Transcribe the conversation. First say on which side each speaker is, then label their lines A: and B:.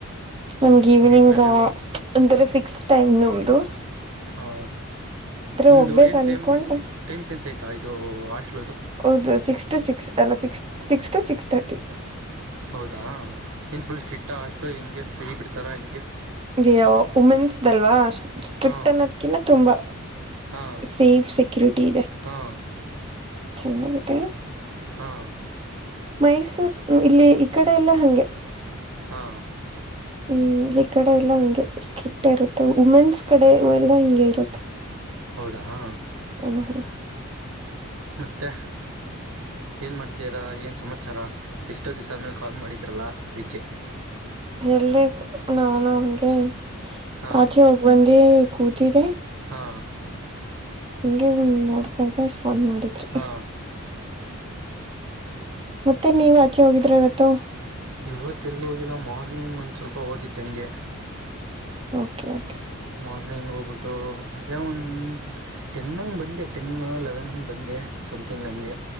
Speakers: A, on the right; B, on the right.
A: ನಮ್ಗೆ ಈವ್ನಿಂಗ್
B: ನೈಟ್ ಮೇಲೆ ಎಲ್ಲೋ
A: ಅಂತಾರೆ ಫಿಕ್ ನೆಕ್ಸ್ಟ್ ಟೈಮ್ ನಮದುು
B: ಹ ನಿಮ್ದು
A: ಹೋಗ್ಬೇಕ
B: ಏನ್
A: ಅನ್ಕೊಂಡೆ
B: ಟೈಮ್ ಟೈಮ್ ಸೆನ್ಸ್ ಆಯತ ಇದು ಅಷ್ಟ
A: ಹೌದು ಸಿಕ್ಸ್ ಟು ಸಿಕ್ಸ್ ಎಲ್ಲ six six to six thirty
B: ಹೌದಾ ಏನ್ ಫುಲ್ ಸ್ಟ್ರಿಕ್ಟ್ ಅ ಹಾಸ್ಟೆಲ್ ಹೆಂಗೆ ಫ್ರೀ ಬಿಡ್ತಾರಾ ಹೆಂಗೆ
A: ಇದು ವಿಮೆನ್ಸ್ ದು ಅಲ್ವಾ ಸ್ಟ್ರಿಕ್ಟ್
B: ಹಾ
A: ಅನ್ನೋದಕಿನ್ನ ತುಂಬಾ
B: ಹಾ
A: ಸೇಫ್ ಸೆಕ್ಯುರಿಟಿ ಇದೆ.
B: ಹಾ
A: ಚೆನ್ನಾಗಿ ಮತ್ತೆ
B: ಹಾ
A: ಮೈಸೂರ್ ಇಲ್ಲಿ ಈ ಕಡೆ ಎಲ್ಲಾ ಹಂಗೆ
B: ಹಾ
A: ಹ್ಮ್ ಈ ಕಡೆ ಎಲ್ಲಾ ಹಂಗೆ ಸ್ಟ್ರಿಕ್ಟ್ ಇರುತ್ತೆ. ವುಮೆನ್ಸ್ ಕಡೆ ಎಲ್ಲಾ ಹಿಂಗೆ ಇರುತ್ತೆ.
B: ಹೌದಾ ಹಾ
A: <unintelligible>
B: ಮತ್ತೆ ಏನ್ ಮಾಡ್ತಿದೀರಾ ಏನ್ ಸಮಾಚಾರ ಎಷ್ಟೋ ದಿವ್ಸ ಆದ್ಮೇಲೆ ಕಾಲ್ ಮಾಡಿದ್ರಲ್ಲಾ ಓಕೆ
A: ಇಲ್ಲೇ ನಾನು ಹಂಗೆ
B: ಹಾ
A: ಆಚೆ ಹೋಗಿ ಬಂದಿ ಕೂತಿದ್ದೆ
B: ಹಾ
A: ಹಂಗೆ ನೋಡ್ತಾದೆ ಫೋನ್ ಮಾಡಿದ್ರಿ
B: ಹಾ
A: ಮತ್ತೆ ನೀವು ಆಚೆ ಹೋಗಿದ ದ್ರ ಇವತ್ತು
B: ಯುವತ್ ಎಲ್ಲ ಹೋಗಿಲ್ಲ ಮಾರ್ನಿಂಗ್ ಒಂದ್ ಸ್ವಲ್ಪ ಹೋಗಿದ್ದಂಗೆ
A: ಓಕೆ ಓಕೆ
B: ಮಾರ್ನಿಂಗ್ ಹೋಗ್ಬಿಟ್ಟು ಅದೇ ಒನ್ ಟೆನ್ಂಗ ಬಂದೆ ಟೆನ್ ಲೆವೆನ್ಂಗ ಬಂದೆ ಸಮಥಿಂಗ್ ಹಂಗೆ